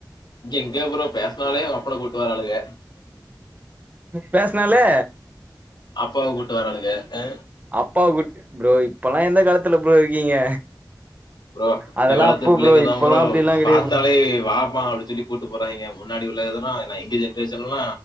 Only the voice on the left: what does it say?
எங்க ப்ரோ பேசுனாலே அப்பன கூப்டு வராளுங்க
அப்பாவ கூப்டு வராளுங்க அ
ப்ரோ
இந்த காலத்து
பிள்ளங்க
தா
ஃப்ரோ
பாத்தாலே
வாப்பான அப்டி சொல்லி கூப்ட்டு போறாய்ங்க முன்னாடி உள்ளதெல்லா ஏ எங்க ஜென்ரேஷன்ல எல்லா